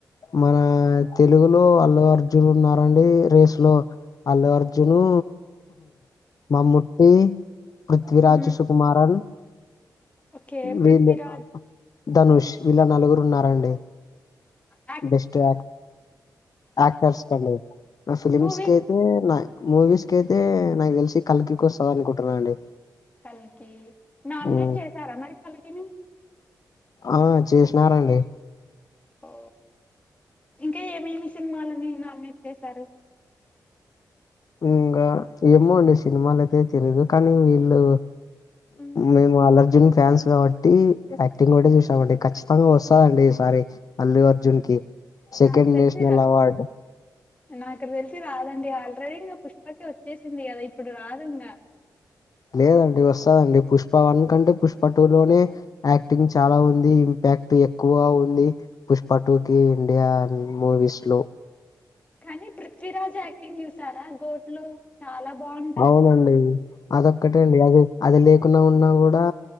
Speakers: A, on the left (about 55°); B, on the left (about 20°).
A: మన తెలుగులో అల్లు అర్జున్ ఉన్నారండి రేస్ లో అల్లు అర్జును మమ్ముటి పృథ్విరాజ్
B: ఉమ్,
A: సుకుమారన్
B: ఓకే పృథ్వీరాజ్
A: వీలు ధనుష్ వీళ్ళ నలుగురు ఉన్నారండి
B: ఆ
A: బెస్ట్క్టర్ ఆక్టర్స్ కండి నా ఫిలిమ్స్
B: మూవీస్
A: కి అయితే నా మూవీస్ కి అయితే నాకు తెలిసి కల్కికి వస్తది అనుకుంటున్నా అండి
B: కల్కి నామినేట్
A: ఉమ్,
B: చేసారా మరి కల్కిని
A: ఆ చేసినారండి
B: ఓ ఇంకా ఏమేమి సినిమాలని నామినేట్ చేస్తారు
A: ఇంకా ఏమో ఉండే సినిమాలు అయితే తెలీదు కానీ వీళ్ళు
B: మ్మ్.
A: మేము అల్లుఅర్జున్ ఫ్యాన్స్ కాబ ట్టి యాక్టింగ్ కూడా చూసామండి ఖచ్చితంగా వస్తందండి ఈ సారి అల్లు అర్జున్ కి సెకండ్
B: నాకు తెల్సీ
A: నేషనల్
B: రా
A: అవార్డ్
B: నాకు తెలిసి రాదండి ఆల్రెడీ ఇంగా పుష్పకి వచ్చేసింది కదా ఇప్పుడు రాదు ఇంగా
A: లేదండి వస్తదండి పుష్ప వన్ కంటే పుష్ప టూ లోనే యాక్టింగ్ చాలా ఉంది ఇంపాక్ట్ ఎక్కువ ఉంది పుష్పటు కి ఇండియాన్ మూవీస్ లో
B: కానీ పృథ్వీరాజ్ యాక్టింగ్ చూసారా గోట్ లో చాలా బాగుంది.
A: అవునండి. అదొక్కటే అండి అది అది లేకున్నా ఉన్నా కూడా